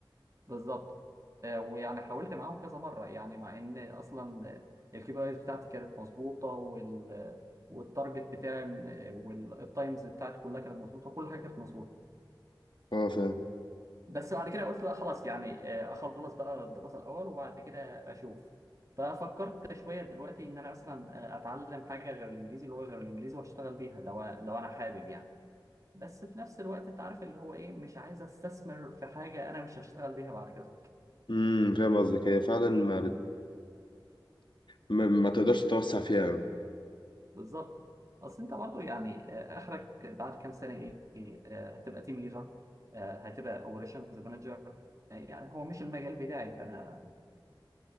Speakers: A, on the right; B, on the left.
A: بالظبط آه، ويعني حاولت معاهم كذا مرة يعني مع ان اصلا الكي بي ايز بتاعتي كانت مظبوطة وال والتارجت بتاعي من- والتايمز بتاعتي كلها كانت مظبوطة وكل حاجة كانت مظبوطة
B: اه فاهم
A: بس بعد كده قلت بقى خلاص يعني آه، اخلص بقى الدراسه الاول وبعد كده اشوف ففكرت شويه دلوقتي ان انا مثلا آه، اتعلم حاجه غير الانجليزي لغه غير الانجليزي واشتغل بيها لو لو انا حابب يعني بس في نفس الوقت انت عارف اللي هو ايه مش عايز استثمر في حاجه انا مش هشتغل بيها بعد كده
B: امم فاهم قصدك هي فعلا ما بت ما, ما تقدرش تتوسع فيها أوي
A: بالظبط اصل انت برضو يعني آه، اخرك بعد كام سنه ايه آه، هتبقى تيم ليدر هتبقى اوبريشنز مانجر يعني هو مش المجال بتاعي فانا